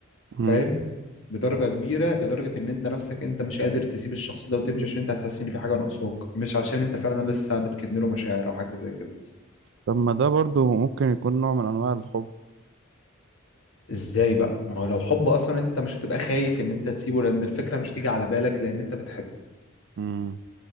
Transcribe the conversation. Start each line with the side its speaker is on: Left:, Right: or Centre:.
Right: امم
Left: فاهم بدرجة كبيرة لدرجة ان انت نفسك انت مش قادر تسيب الشخص ده وتمشي عشان انت هتحس ان في حاجة ناقصاك مش عشان انت فعلا لسه بتكن له مشاعر او حاجة زي كده
Right: طب ما ده برضو ممكن يكون نوع من انواع الحب
Left: ازاي بقى ما هو لو حب اصلا انت مش هتبقى خايف ان انت تسيبه لان الفكره مش تيجي على بالك لان انت بتحبه
Right: امم